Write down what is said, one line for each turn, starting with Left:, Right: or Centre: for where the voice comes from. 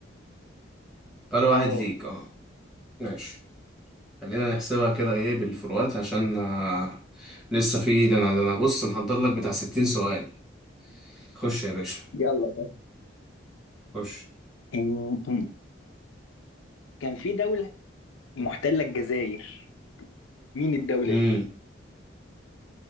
Centre: فرق واحد
Left: اه
Centre: ليك أه ماشي خلينا نحسبها كده إيه بالفروقات عشان آه، لسه في ده أنا ده أنا بص محضر لك بتاع 60 سؤال خش يا باشا
Left: يلا طيب
Centre: خش
Left: أم- أم. كان في دولة محتلة الجزائر مين الدولة
Centre: امم
Left: دي؟